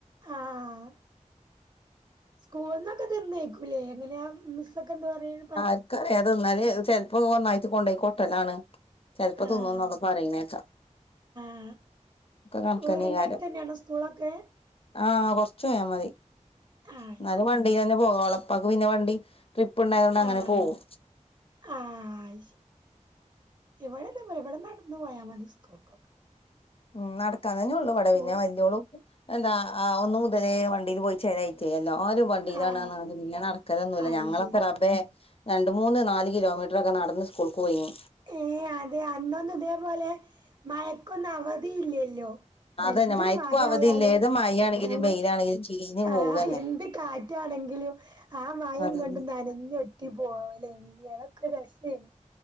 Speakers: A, on the right (about 35°); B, on the left (about 50°).
A: ആഹ് സ്കൂളന്നൊക്കെ തീന്നേയ്ക്കൂല്ലേ എങ്ങനെ ആ മിസ് ഒക്കെ എന്താ പറയാണ്
B: ആർക്കറിയാം അത് തിന്നല് ചെലപ്പോ ഒന്നായിട്ട് കൊണ്ടോയി കൊട്ടലാണ് ചിലപ്പോ തിന്നും
A: ആഹ്
B: ന്നൊക്കെ പറയുന്നെ കേക്കാം
A: ആഹ്
B: കണക്കന്നേകാരം
A: വീടിന്റെ അടുത്തെന്നെയാണോ സ്കൂളൊക്കെ
B: ആഹ് കൊറച്ച് പോയാ മതി
A: ആഹ്
B: എന്നാല്
A: ശരി
B: കൊഴ വണ്ടി തന്നെ പോകുള്ളൂ ഓളെ ഉപ്പാക്ക് പിന്നെ വണ്ടിട്രിപ്പ് ഉണ്ടായതു കൊണ്ട് അങ്ങനെ
A: ആഹ്
B: പോകും
A: ആഹ് അയ്ശെരി എവിടെ നമ്മൾ ഇവിടെ നടന്ന് പോയാ മതി സ്കൂൾക്കൊക്കെ
B: ഉം നടക്കാൻ തന്നെ ഉള്ളൂ ഇപാടേം
A: സ്കൂളും
B: പിന്നെ വല്യവളും എന്താ ആഹ് ഒന്നു മുതലേ വണ്ടിൽ പോയി ചേലായിട്ടേ എല്ലാരും വണ്ടിയിലാണ
A: ആഹ്
B: അത് പിന്നെ നടക്കലൊന്നുമില്ല
A: അത്
B: ഞങ്ങളെക്കെ
A: ശരി
B: റബ്ബേ രണ്ട് മൂന്ന് നാല് കിലോമീറ്ററൊക്കെ നടന്ന് സ്കൂൾക്ക് പോയിന്
A: ഏഹ് അതെ അന്നൊന്നും ഇതേപോലെ മഴക്കൊന്നും അവധി ഇല്ലല്ലോ
B: അതന്നെ
A: എന്ത്
B: മഴക്കും
A: മഴായാലും
B: അവധിയില്ല ഏത് മഴയാണെങ്കിലും
A: അത്
B: വെയിലാണെങ്കിലും ചീഞ്ഞ്
A: ആഹ്
B: പോകന്നെ
A: എന്ത് കാറ്റാണെങ്കിലും ആ മയേം
B: അതന്നെ
A: കൊണ്ട് നനഞ്ഞൊട്ടി പോവലെനി ലേ അതൊക്കെ ഒരു രസേനി